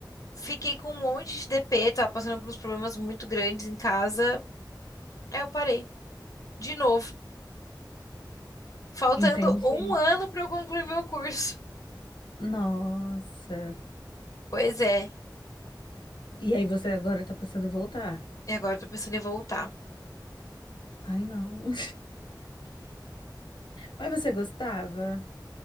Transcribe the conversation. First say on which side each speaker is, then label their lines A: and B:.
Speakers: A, on the left; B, on the left.
A: fiquei com um monte de DP, tava passando por uns problemas muito grandes em casa, aí eu parei, de novo, faltando
B: entendi.
A: um ano pra eu concluir meu curso.
B: Nossa.
A: Pois é,
B: E aí você agora tá pensando em voltar?
A: e agora eu tô pensando em voltar.
B: Ai, não. <laughs> Mas você gostava?